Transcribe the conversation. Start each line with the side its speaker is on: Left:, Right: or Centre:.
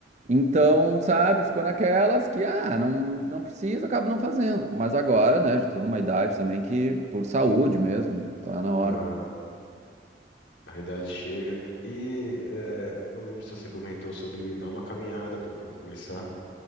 Right: Então, sabe, ficou naquelas que, ah, não, não preciso, acabo não fazendo. Mas agora, né, já tô numa idade também que, por saúde mesmo, tá na hora.
Left: Aham. A idade chega. E é, não lembro se você comentou sobre dar uma caminhada, pô, para começar.